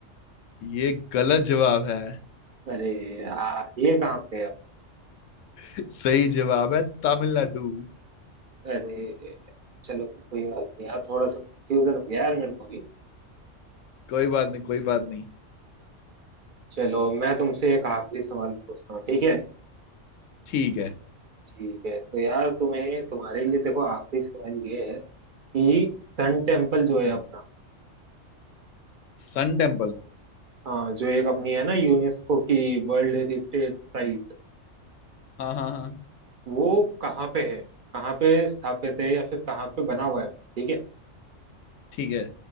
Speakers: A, on the left (about 85°); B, on the right (about 50°).
A: ये गलत जवाब है
B: अरे यार ये कहाँ पे है
A: <laughs> सही जवाब है तमिलनाडु
B: अरे चलो कोई बात नहीं यार थोड़ा सा कंफ्यूजन हो गया यार मेरे को भी
A: कोई बात नहीं कोई बात नहीं
B: चलो मैं तुमसे एक आखिरी सवाल पूछता हूँ ठीक है
A: ठीक है
B: ठीक है तो यार तुम्हें तुम्हारे लिए देखो आखिरी सवाल ये है कि सन टेम्पल जो है अपना
A: Sun temple
B: हाँ जो एक अपनी है ना यूनेस्को की वर्ल्ड हेरिटेज साइट
A: हाँ हाँ हाँ
B: वो कहाँ पे है कहाँ पे स्थापित है या फिर कहाँ पे बना हुआ है ठीक है
A: ठीक है